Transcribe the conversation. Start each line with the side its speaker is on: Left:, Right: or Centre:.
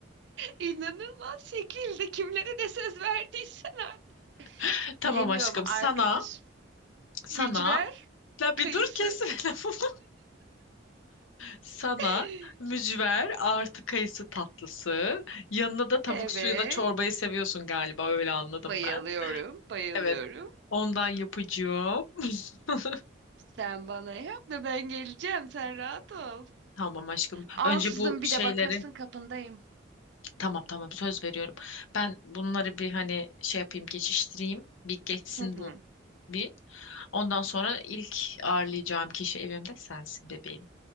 Right: İnanılmaz şekilde kimlere de söz verdiysen artık.
Left: <laughs> Tamam
Right: Bilemiyorum
Left: aşkım
Right: arkadaş
Left: sana, sana.
Right: mücver
Left: La
Right: kayısı.
Left: bir dur kesme <laughs> lafımı. Sana
Right: <laughs>
Left: mücver artı kayısı tatlısı. Yanına da tavuk
Right: Evet.
Left: suyuna çorbayı seviyorsun galiba öyle anladım
Right: Bayılıyorum,
Left: ben.
Right: bayılıyorum.
Left: Evet Ondan yapacağım. <laughs>
Right: Sen bana yap da ben geleceğim. Sen rahat ol.
Left: Tamam aşkım.
Right: Ansızın
Left: Önce bu şeyleri
Right: bir de bakarsın kapındayım.
Left: tamam tamam söz veriyorum. Ben bunları bir hani şey yapayım geçiştireyim. Bir geçsin
Right: Hı hı.
Left: bu bir. Ondan sonra ilk ağırlayacağım kişi evimde sensin bebeğim.